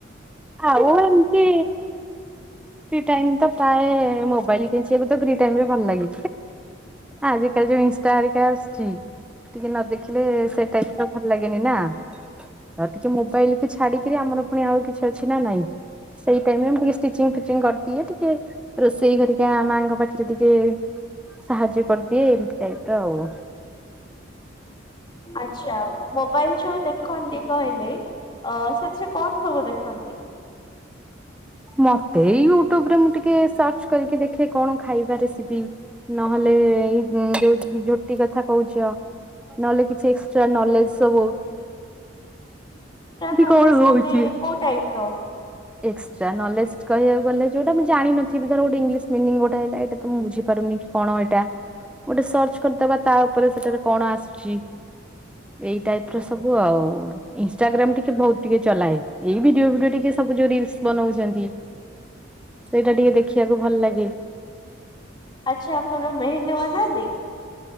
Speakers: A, in the centre; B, on the left.
A: ଆଉ ଏମତି ଫ୍ରୀ ଟାଇମ ତ ପାଏ ମୋ ବାଇଲ କେଞ୍ଚିଆକୁ ତ ଫ୍ରୀ ଟାଇମରେ ଭଲଲାଗେ, ଆଜିକାଲି ଯୋଉ ଇନଷ୍ଟା ହେରିକା ଆସୁଚି। ଟିକେ ନ ଦେଖିଲେ ସେ ଟାଇମଟା ଭଲ ଲାଗେନି ନା, ଆଉ କିଛି ମୋବାଇଲକୁ ଛାଡିକିରି ଆ ମର ପୁଣି ଆଉ କିଛି ଅଛି ନା ନାଇଁ, ସେଇ ଟାଇମରେ ମୁଁ ଖାଲି ଷ୍ଟିଚିଙ୍ଗ ଫିଚିଙ୍ଗ କରଦିଏ, ଟିକେ ରୋଷେଇ କରି ଦିଏ ମାଆଙ୍କ ପାଖରେ ଟିକେ ସାହାଯ୍ୟ କରିଦିଏ ଏମତି ଟାଇପର ଆଉ।
B: ଆଛ ମୋବାଇଲ ଯୋଉ ଦେଖନ୍ତି କହିଲେ ଅ ସେଥିରେ କଣ ସବୁ ଦେଖନ୍ତି?
A: ମତେ ଏଇ ୟୁଟ୍ୟୁବ ରେ ମୁଁ ଟିକେ ସର୍ଚ୍ଚ କରିକି ଦେଖେ କଣ ଖାଇବା ରେସିପି, ନହେଲେ ଏଇ ହୁଁ ଯୋଉ ଝୋଟି କଥା କହୁଚ। ନହେଲେ କିଛି ଏକ୍ସଟ୍ରା ନଲେଜ ସବୁ।
B: ନଲେଜ୍
A: କଣ ହଉଛି?
B: ମାନେ କୋଉ ଟାଇପର?
A: ଏକ୍ସଟ୍ରା ନଲେଜ କହିଆକୁ ଗଲେ ଯୋଉଟା ମୁଁ ଜାଣିନଥିବି, ଧର ଗୋଟେ ଇଂଲିଶ ମିନିଙ୍ଗ ଗୋଟେ ହେଲା ଏଇଟା ତ ମୁଁ ବୁଝିପାରୁନି। କଣ ଏଇଟା? ଗୋଟେ ସର୍ଚ୍ଚ କରିଦବା ତା ଉପରେ ସେଟାରେ କଣ ଆସୁଚି। ଏଇ ଟାଇପର ସବୁ ଆଉ ଇନଷ୍ଟାଗ୍ରାମ ଟିକେ ବହୁତ ଟିକେ ଚଲାଏ ଏଇ ଭିଡିଓ ଫିଡିଓ ଟିକେ ସବୁ ଯୋଉ ରିଲସ ବନଉଚନ୍ତି, ସେଇଟା ଟିକେ ଦେଖିଆକୁ ଭଲ ଲାଗେ।
B: ଆଚ୍ଛା। ଆପଣ ମେହେନ୍ଦୀ ବନାନ୍ତି।